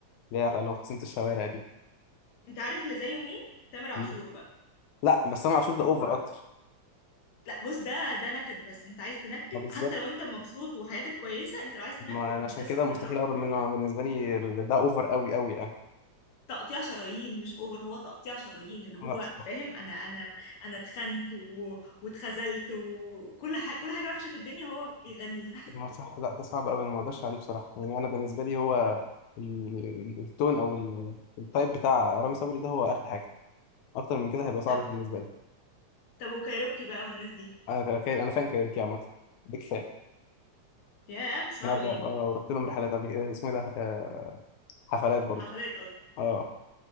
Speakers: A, on the left; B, on the left.
A: اللي هي لما خصمت الشوارع دي
B: انت عارف اللي زيه مين تامر عاشور
A: مم.
B: بقى
A: لا بس انا عاشور ده اوفر اكتر
B: لا بص ده ده نكد بس انت عايز تنكد
A: ما بالظبط
B: حتى لو انت مبسوط وحياتك كويسه انت لو عايز تنكد
A: ما أنا
B: انت
A: عشان
B: تسمع
A: كده
B: تامر
A: مستحيل
B: عاشور
A: اقرب منه أنا بالنسبه لي ال- ده اوفر قوي قوي يعني
B: تقطيع شرايين مش اوفر هو تقطيع شرايين اللي هو
A: لا.
B: فاهم انا انا انا اتخنت و... واتخذلت وكل حاجه كل حاجه وحشه في الدنيا هو بيغنيها
A: ما صح لا ده صعب قوي انا ما اقدرش عليه بصراحه يعني انا بالنسبه لي هو ال- التون او ال- التايب بتاع رامي صبري ده هو اخر حاجه اكتر من كده
B: <laughs>
A: هيبقى صعب
B: طب
A: بالنسبه لي
B: طب وكايروكي بقى والناس دي
A: انا كاير انا فان كايروكي عامه بيك فان
B: يا بتسمع
A: انا
B: له
A: ب-
B: ايه
A: آه، رحت لهم رحلات قبل كده اسمه إيه ده آه، حفلات برضو
B: حفلات قصدي
A: اه